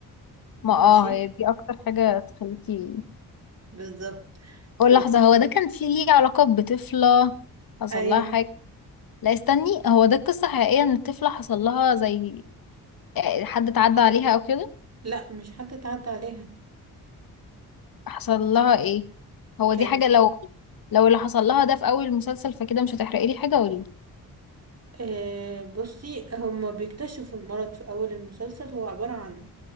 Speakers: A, on the left (about 60°); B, on the right (about 40°).
A: ما اه
B: ماشي
A: هي دي اكتر حاجه تخليكي
B: بالظبط
A: قول
B: ف... ف...
A: لحظه هو ده كان فيه ليه علاقه بطفله حصل
B: أيوه
A: لها حاجه لا استني هو ده القصة حقيقية ان الطفلة حصل لها زي حد اتعدى عليها او كده
B: لا مش حد اتعدى عليها
A: حصل لها ايه هو
B: كان
A: دي حاجة لو لو اللي حصل لها ده في اول المسلسل فكده مش هتحرقي لي حاجة قولي لي
B: آه بصي هما بيكتشفوا المرض في أول المسلسل هو عبارة عن